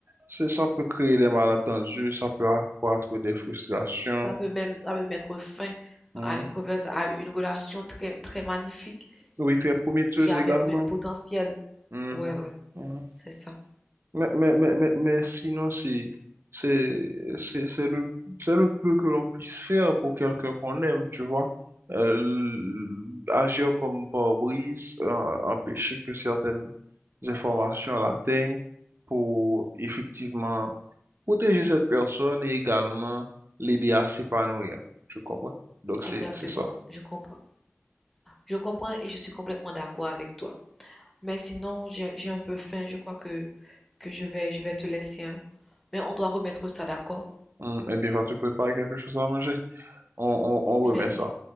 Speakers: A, on the right (about 55°); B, in the centre.
A: c'est, ça peut créer des malentendus, ça peut accroître des frustrations.
B: Ça peut même, ça peut mettre fin
A: Mhm.
B: à une conversation, à une relation très, très magnifique
A: Oui, très prometteuse
B: qui avait
A: également.
B: plein de potentiel.
A: Mhm,
B: Ouais, ouais,
A: mhm.
B: c'est ça.
A: Mais, mais, mais, mais, mais sinon, c'est, c'est, c'est, c'est le, c'est le peu que l'on puisse faire pour quelqu'un qu'on aime, tu vois. Euh, l- agir comme pare-brise, euh, empêcher que certaines informations l'atteignent pour effectivement protéger cette personne et également l'aider à s'épanouir. Tu comprends? Donc, c'est,
B: Exactement.
A: c'est ça.
B: Je comprends. Je comprends et je suis complètement d'accord avec toi. Mais sinon, j'ai, j'ai un peu faim. Je crois que, que je vais, je vais te laisser, hein. Mais on doit remettre ça d'accord.
A: Hum, eh bien, va te préparer quelque chose à manger. On, on, on remet
B: Merci.
A: ça.